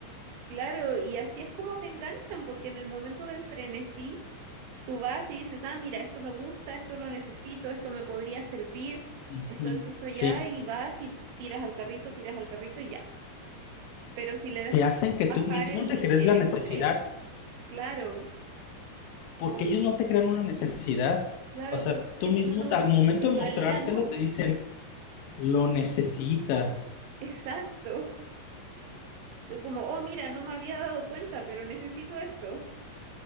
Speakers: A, on the right; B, on the left.
A: claro, y así es como te enganchan, porque en el momento del frenesí, tú vas y dices, ah, mira, esto me gusta, esto lo necesito, esto me podría servir,
B: Ujú,
A: esto aquí, esto allá,
B: Sí,
A: y vas y tiras al carrito, tiras al carrito y ya. Pero si le dejas
B: te hacen que tú
A: bajar
B: mismo
A: el,
B: te crees
A: el
B: la necesidad,
A: estrés, claro,
B: porque
A: como
B: ellos
A: que,
B: no te crean una necesidad.
A: claro,
B: O sea,
A: cosas
B: tú
A: que
B: mismo,
A: tú no,
B: al momento
A: en
B: de
A: realidad
B: mostrártelo,
A: no.
B: te dicen, lo necesitas.
A: Exacto. Tú Como, oh, mira, no me había dado cuenta, pero necesito esto.